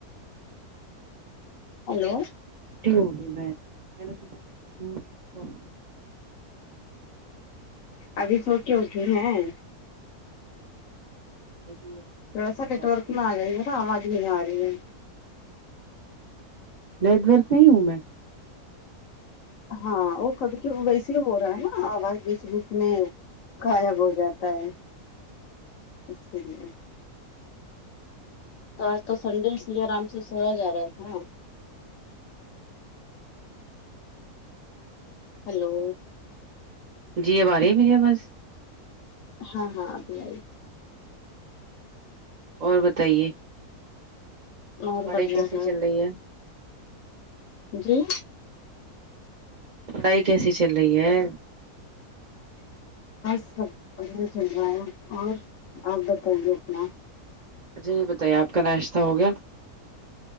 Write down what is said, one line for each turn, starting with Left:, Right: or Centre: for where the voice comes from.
Left: ہیلو
Right: ا ہووں گی میں میں نے سوچا <unintelligible>
Left: ابھی سو کے اٹھی ہیں
Right: یہ بھی ہے
Left: تھوڑا سا
Right: کچھ
Left: نٹ
Right: آپ
Left: ورک
Right: فری
Left: میں
Right: ہو
Left: ا جائیے گا اواز نہیں ارہی ہے
Right: نیٹ ورک پہ ہی ہوں میں
Left: ہاں بالکل ویسے ہی ہو رہا ہے نا اواز بیچ میں غائب ہو جاتا ہے اسی لیے تو اج تو سنڈے اس لیے ارام سے سویا جا رہا تھا نا ہیلو
Right: جی اب ا رہی ہے میری اواز
Left: ہاں ہاں ابھی ائی
Right: اور بتائیے
Left: اور
Right: پڑھائی
Left: بڑھیا
Right: کیسی
Left: ہوں
Right: چل رہی ہے
Left: جی
Right: پڑائی کیسی چل رہی ہے
Left: بس سب بڑھیا چلرہا ہے اور اپ بتایے اپنا
Right: اچھا یہ بتائیے اپ کا ناشتہ ہو گیا